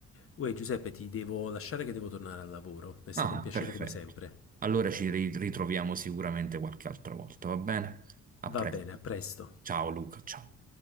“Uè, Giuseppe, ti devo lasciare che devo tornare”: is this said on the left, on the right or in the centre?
Left